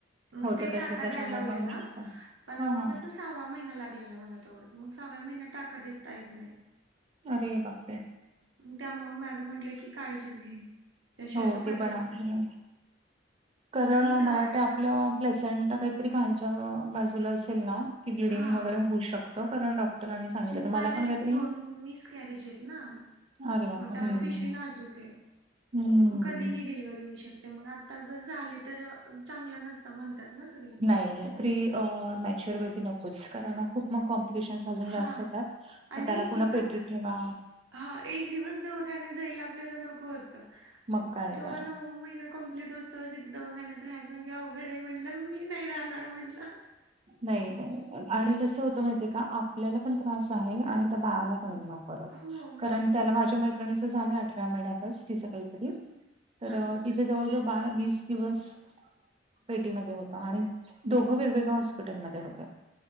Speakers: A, on the right; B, on the right.
A: मग
B: होत
A: ते
B: तस
A: टाका
B: त्याच्यामुळे
A: द्यायला लावलेला
B: पण होऊ शकत
A: पण
B: हा हा
A: कस सववा महिना लागलेला मला तोवर मग सहाव्या महिन्यात टाका देता येत नाही.
B: अरे बा-
A: त्यामूळ मॅडम म्हटल्या की काळजीच घे. त्याशिवाय
B: हो
A: आता पर्यायच
B: ते पण आहे.
A: नाही
B: कारण
A: आणि इकडं
B: मला वाटतंय आपलं, पलेसंट काहीतरी खालच्या बाजूला असेल ना, की ब्लिडिंग
A: हा
B: वगैरे होऊ शकतं कारण डॉक्टरांनी सांगितलं तर
A: माझे
B: मला पण काहीतरी,
A: दोन मिस कॅरेज आहेत ना मग
B: अरे बाप
A: त्यामुळे
B: हम्म
A: पिशवी नाजूक आहे
B: हम्म.. हम्म
A: मग कधीही डिलिव्ही होऊ शकते, मग आता जर झाली तर चांगलं नसतं म्हणतात ना सगळे.
B: नाही नाही प्री मॅचर वे बी नकोच कारण खूप मग कॉम्प्लिकेशन्, अजून
A: हा
B: जात येतात
A: आणि
B: मग त्याला पुन्हा
A: इथं
B: पेटीत ठेवा.
A: हा एक दिवस दवाखान्यात जायला आपल्याला नको होतं
B: मग काय
A: जेव्हा
B: तर
A: नऊ महिन्या कंप्लीट होऊ स्तोवर तिथ दवाखान्यात राहायचं म्हणजे अवघड आहे म्हटलं मी नाही राहणार म्हंटलं.
B: नाही नाही आणि कसं होत माहित का आपल्याला पण त्रास आहे आणि त्या बाळाला पण आहे मग.
A: हो मग
B: कारण त्याला माझ्या मैत्रिणीच झालं आठव्या महिन्यातच तिचं काहीतरी तर,
A: हा ना
B: तिच जवळजवळ बाळ वीस दिवस पेटीमध्ये होत, आणि दोघं वेगवेगळा हॉस हॉस्पिटलमध्ये होत.